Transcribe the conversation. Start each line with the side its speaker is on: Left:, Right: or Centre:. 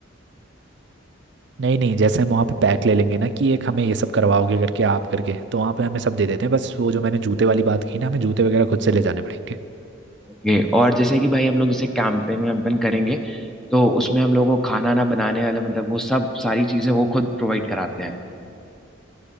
Right: नहीं नहीं जैसे हम वहाँ पे पैक ले लेंगे ना कि एक हमें ये सब करवाओगे करके आप करके तो वहाँ पे हमें सब दे देते हैं बस वो जो मैंने जूते वाली बात की ना हमें जूते वगैरह खुद से ले जाने पड़ेंगे
Centre: ओके और जैसे कि भाई हम लोग जैसे कैंपिंग वैम्पिंग करेंगे तो उसमें हम लोगों को खाना ना बनाने वाला मतलब वो सब सारी चीजें वो खुद प्रोवाइड कराते हैं